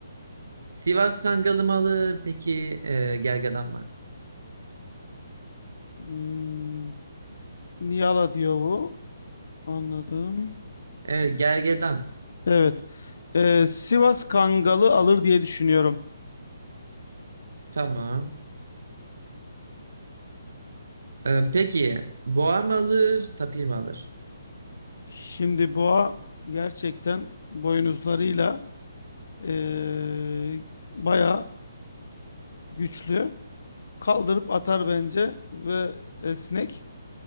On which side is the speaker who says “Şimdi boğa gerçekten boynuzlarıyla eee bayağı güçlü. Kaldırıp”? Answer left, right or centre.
Left